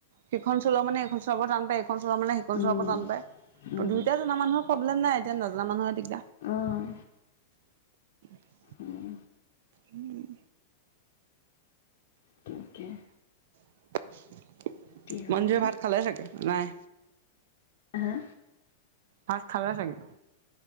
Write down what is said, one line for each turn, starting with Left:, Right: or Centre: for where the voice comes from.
Right: সিখন চলোৱা মানে এইখন চলাব টান পায়। ইখন চোৱা মানে সিখন
Left: উম,
Right: চোৱাটো টান পায়
Left: উম,
Right: দুয়োটা জনা মানুহক। প্ৰব্লেম নাই এতিয়া নজনা মানুহে দিক
Left: অ',
Right: <unintelligible>
Left: উম।
Right: উম।
Left: তাকে।
Right: <unintelligible>
Left: কি হয়গে
Right: মঞ্জু ভাত খালে চাগে? নাই।
Left: আহা।
Right: ভাত খালে চাগে।